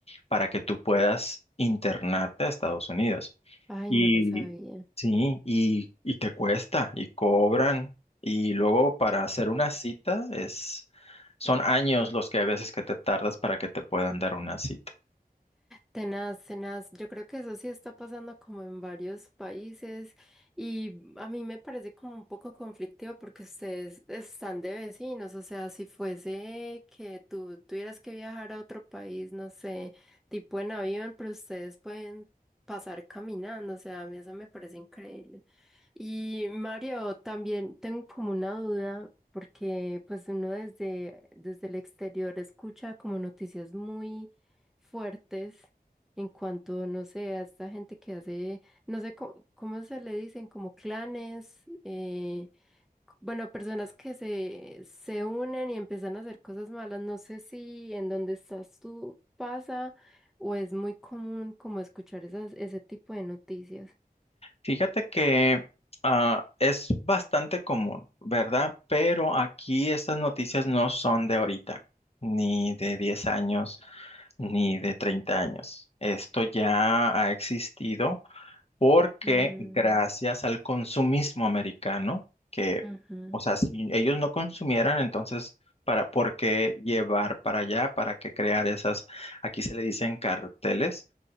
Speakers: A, on the left (about 40°); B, in the centre.
A: para que tú puedas internarte a Estados Unidos.
B: Ay,
A: Y
B: no lo sabía.
A: sí, y, y te cuesta, y cobran, y luego para hacer una cita es, son años los que a veces que te tardas para que te puedan dar una cita.
B: Tenaz, tenaz. Yo creo que eso sí está pasando como en varios países y a mí me parece como un poco conflictivo porque ustedes están de vecinos, o sea, si fuese que tú tuvieras que viajar a otro país, no sé, tipo en avión, pero ustedes pueden pasar caminando, o sea, a mí eso me parece increíble. Y Mario, también tengo como una duda. Porque pues uno desde, desde el exterior escucha como noticias muy fuertes en cuanto, no sé, a esta gente que hace, no sé cómo, cómo se le dicen, como clanes, eh, c- bueno, personas que se, se unen y empiezan a hacer cosas malas. No sé si en donde estás tú pasa o es muy común como escuchar esas, ese tipo de noticias.
A: Fíjate que ah, es bastante común, ¿verdad? Pero aquí estas noticias no son de ahorita, ni de 10 años, ni de 30 años. Esto ya ha existido porque
B: Mm,
A: gracias al consumismo americano, que,
B: ujú.
A: o sea, si ellos no consumieran, entonces, para, ¿por qué llevar para allá? ¿Para qué crear esas, aquí se le dicen carteles?